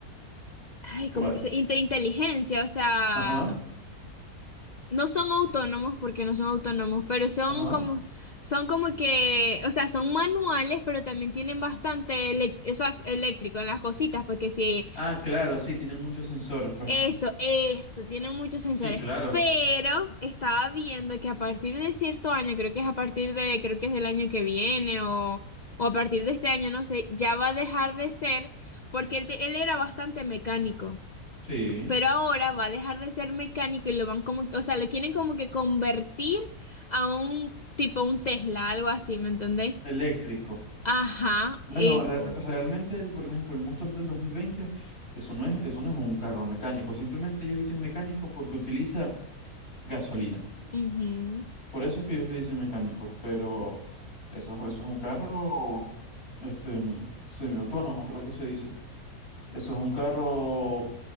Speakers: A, on the left (about 75°); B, on the left (about 40°).
A: ay,
B: ¿Cuál?
A: como dice, inte- inteligencia, o sea,
B: Ajá,
A: no son autónomos porque no son autónomos, pero son
B: ajá.
A: como, son como que, o sea, son manuales, pero también tienen bastante elec- eso es eléctrico en las cositas, porque sí,
B: Ah, claro, sí, tienen muchos sensores. pues.
A: eso, eso, tienen muchos sensores.
B: Sí, claro.
A: Pero estaba viendo que a partir de cierto año, creo que es a partir de, creo que es del año que viene o, o a partir de este año, no sé, ya va a dejar de ser, porque él, te- él era bastante mecánico.
B: Sí,
A: pero ahora va a dejar de ser mecánico y lo van como, o sea, lo quieren como que convertir a un tipo un Tesla, algo así, ¿me entendéis?
B: eléctrico.
A: Ajá,
B: Bueno,
A: eso.
B: re- realmente, el, por ejemplo, el Mustang del 2020, eso no es, eso no es un carro mecánico. Simplemente ellos dicen mecánico porque utiliza gasolina.
A: Ujú.
B: Por eso es que ellos le dicen mecánico, pero eso, eso es un carro este, semiautónomo, creo que se dice. Eso es un carro